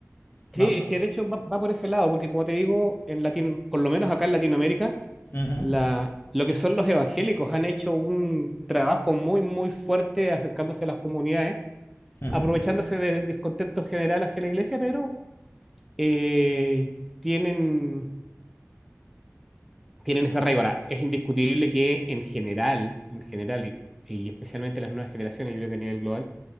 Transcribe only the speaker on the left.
¿no?
Ujú,
ujú.